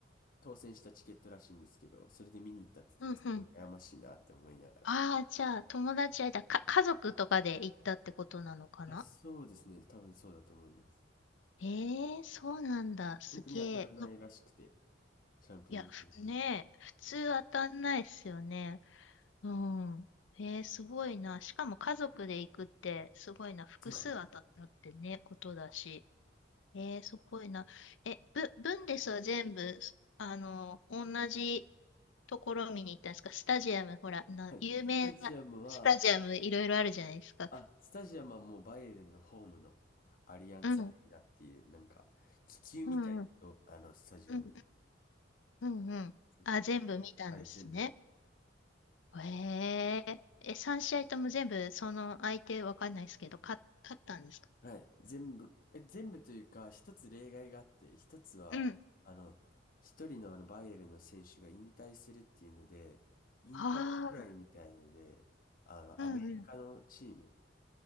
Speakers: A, on the left; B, on the left.
A: 当選したチケットらしいんですけど、それで見に行ったって言ってて、
B: うんうん。
A: すごい悩ましいなって思いながら。
B: ああ、じゃあ友達間、か、家族とかで行ったってことなのかな
A: あ、そうですね。多分そうだと思います。
B: ええー、そうなんだ。すげえ。
A: 本当に当たらないらしくて、
B: うん
A: チャンピオンズリーグ
B: いや、ふねえ、普通当たんないっすよね。
A: とか。
B: うん。えー、すごいな。しかも家族で行くって、すごいな。複数当たったってね、
A: とか
B: ことだし。えー、すごいな。え、ブ、ブンデスは全部、あの、同じところ見に行ったんですかスタジアム、ほら、な、
A: はい。
B: 有名なスタジアムいろいろあるじゃないですか。
A: スタジアムは、あ、スタジアムはもうバイエルンのホームのアリアンツアリーナっていう、
B: うん、
A: なんか、気球みたいなと、
B: うん、うん、
A: あの、スタジアムで、
B: うん、うん、うんうんあ、
A: そこで、
B: 全部見たんですね。
A: はい、全部
B: へえ、え、3試合とも全部、その相手わかんないですけど、勝、勝ったんですか
A: はい。全部、え、全部というか、一つ例外があって、一つは、
B: うん。
A: あの、一人のあの、バイエルンの選手が引退するっていうので、引退試合みたいので、
B: あ
A: あの、
B: うんうん。
A: アメリカのチーム、